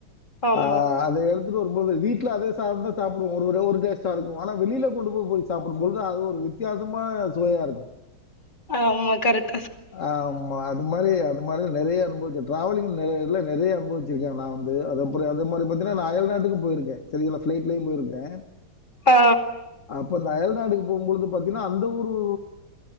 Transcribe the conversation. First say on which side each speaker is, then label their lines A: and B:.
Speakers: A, on the left; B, on the left.
A: ஆமா
B: அஹ் அது எடுத்துட்டு வரும்போது வீட்ல அதே சாதம் தா சாப்டுவோம் ஒரு தடவ ஒரு டேஸ்டா இருக்கும் ஆனா வெளியில கொண்டு போய் போய் சாப்பிடும்போது அது ஒரு வித்தியசமா சுவையா இருக்கும்
A: ஆமா கரக்ட்
B: ஆமா அது மாரி அது இப்ப இல்ல நெறிய அனுபவிச்சிருக்க நான் டிராவலிங் வந்து நா நெறிய அனுபவசிருக்கே நா வந்து அதுமாதிரி பாத்திங்கான அயல்நாட்டுக்கு போயிருக்கே சரிங்களா நா பிளைட்லையும் போயிருக்கே
A: ஆ
B: அப்ப இந்த அயல்நாடுக்கு போம்போது பாத்தீங்கன்னா அந்த ஒருஊ